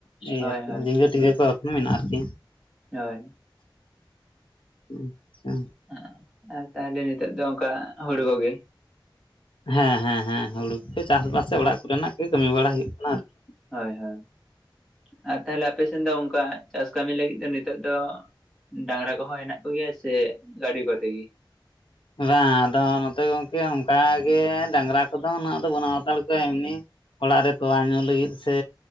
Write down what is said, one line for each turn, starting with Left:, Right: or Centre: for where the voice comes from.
Left: ᱥᱮᱭ
Centre: ᱦᱳᱭ
Left: ᱟᱨᱠᱤ
Centre: ᱦᱳᱭ
Left: ᱡᱷᱤᱸᱜᱟᱹ ᱴᱷᱤᱸᱜᱟᱹ ᱠᱚ ᱮᱠᱷᱚᱱᱳ ᱢᱮᱱᱟᱜᱼᱟ ᱟᱨᱠᱤ
Centre: ᱦᱳᱭ
Left: ᱟᱪᱪᱷᱟ
Centre: ᱦᱮᱸ ᱟᱨ ᱛᱟᱦᱚᱞᱮ ᱱᱤᱛᱚᱜ ᱫᱚ ᱚᱱᱠᱟ ᱦᱩᱲᱩ ᱠᱚᱜᱮ
Left: ᱦᱮᱸ ᱦᱮᱸ ᱦᱮᱸ ᱦᱩᱲᱩ ᱠᱚᱜᱮ ᱪᱟᱥᱵᱟᱥ ᱥᱮ ᱚᱲᱟᱜ ᱠᱚᱨᱮᱱᱟᱜ ᱜᱮ ᱠᱟᱹᱢᱤ ᱵᱟᱲᱟ ᱦᱩᱭᱩᱜ ᱠᱟᱱᱟ ᱟᱨᱠᱤ
Centre: ᱦᱳᱭ ᱦᱳᱭ ᱟᱨ ᱛᱟᱦᱮᱞᱮ ᱟᱯᱥᱮᱱ ᱫᱚ ᱚᱸᱠᱟ ᱪᱟᱥ ᱠᱟᱹᱢᱤ ᱞᱟᱹᱜᱤᱫ ᱫᱚ ᱱᱤᱛᱚᱜ ᱫᱚ ᱰᱟᱺᱜᱽᱨᱟ ᱠᱚᱦᱚᱸ ᱦᱮᱸᱱᱟᱜ ᱠᱚᱜᱮᱭᱟ ᱥᱮ ᱜᱟᱹᱰᱤ ᱠᱚᱛᱮ ᱜᱤ?
Left: ᱵᱟᱝ ᱟᱫᱚ ᱱᱚᱛᱮ ᱜᱚᱝᱠᱮ ᱚᱸᱠᱟ ᱜᱮ ᱰᱟᱺᱜᱽᱨᱟ ᱠᱚᱫᱚ ᱩᱱᱟᱹᱜ ᱫᱚ ᱵᱟᱹᱱᱩᱜ ᱦᱟᱛᱟᱲ ᱠᱚᱣᱟ ᱮᱢᱱᱤ ᱚᱲᱟᱜ ᱨᱮ ᱛᱳᱣᱟ ᱧᱩ ᱞᱟᱹᱜᱤᱫ ᱥᱮ,